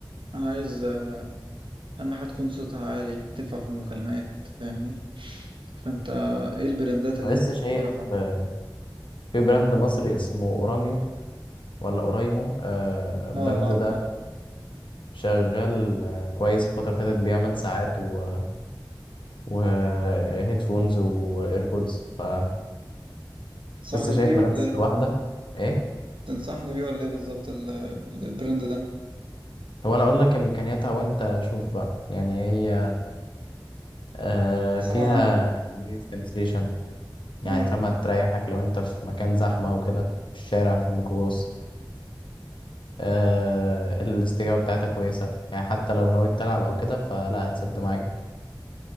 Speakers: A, on the right (about 80°); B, on the left (about 75°).
A: أنا عايز آه، أهم حاجة تكون صوتها عالي تنفع في المكالمات فاهمني فأنت إيه البراندات اللي
B: أنا لسه
A: أنت
B: شايف
A: بتعرفها؟
B: آه، في براند مصري اسمه اوراميو ولا اورايمو آه، البراند
A: اه أعرف
B: ده شغال آه، كويس الفترة اللي فاتت بيعمل ساعات و وهيدفونز وايربودز فلسه
A: تنصحني بيه
B: شايف
A: ولا
B: منافسة
A: ايه
B: الواحدة ايه
A: تنصحني بيه ولا ايه بالظبط ال- البراند ده
B: طب انا اقول لك امكانياتها وانت شوف بقى يعني هي آه،
A: بس
B: فيها
A: انا
B: نويز كانسليشن يعني
A: اه
B: فاهمة تريحك لو انت في مكان زحمة وكده في الشارع في الميكروباص آه الاستجابة بتاعتها كويسة يعني حتى لو نويت تلعب أو كده فلا هتسد معاك